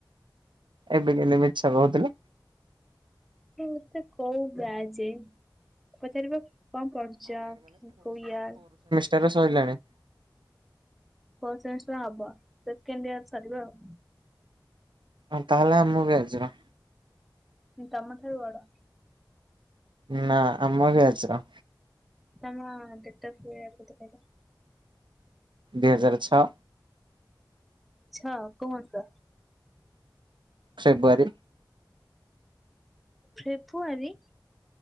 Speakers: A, on the right; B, in the centre.
A: ଏବେ କେମତି ମିଛ କହୁଥିଲୁ?
B: ଏମିତି କୋଉ ବ୍ୟାଚ ପଚାରିବା କଣ ପଢୁଚ କଣ କୋଉ ୟିଅର?
A: ତାର ସଇଲାଣି।
B: ଫୋର୍ଥ ସେମିଷ୍ଟାର ହବ ସେକେଣ୍ଡ ଇୟର ସରିବ ଆଉ।
A: ଆଉ ତାହେଲେ ଆମ ବ୍ୟାଚ?
B: ତମ ଠାରୁ ବଡ।
A: ନା ଆମ ବ୍ୟାଚର।
B: ତମ ଡେଟ ଅଫ ୟର କେତେ କହିଲ?
A: ଦୁଇ ହଜାର ଛଅ
B: ଛ କୁ ହସା।
A: ଫେବୃଆରୀ।
B: ଫେବୃଆରୀ।